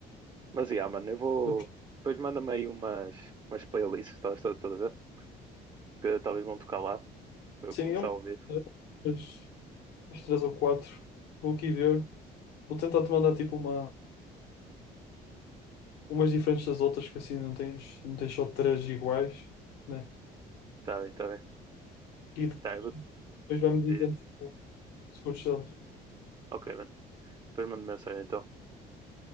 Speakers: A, on the right; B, on the left.
A: Mas yeah, mano, eu vou.
B: Ainda por-
A: Depois manda-me aí umas, umas playlists, estás tá, tá, tá, a ver? Que talvez vão tocar lá. Para eu
B: Sim,
A: começar
B: é uma.
A: a ouvir.
B: uns três ou quatro. Vou aqui ver. Vou tentar te mandar tipo uma, umas diferentes das outras, que assim não tens, não tens só três iguais, né?
A: Tá bem, tá bem.
B: E depois
A: Tá, eu vou.
B: vai-me
A: diz.
B: dizendo tipo, se curtes delas.
A: Ok, mano. Depois mando mensagem então.